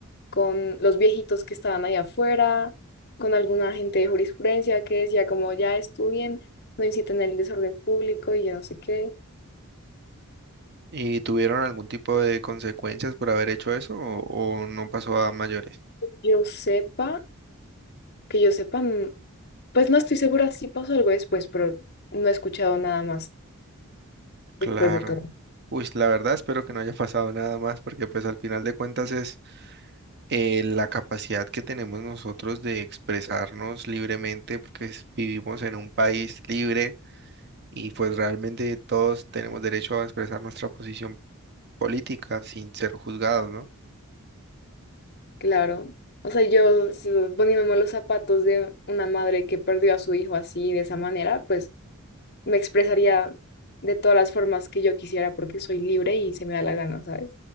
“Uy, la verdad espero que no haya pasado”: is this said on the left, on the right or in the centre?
Right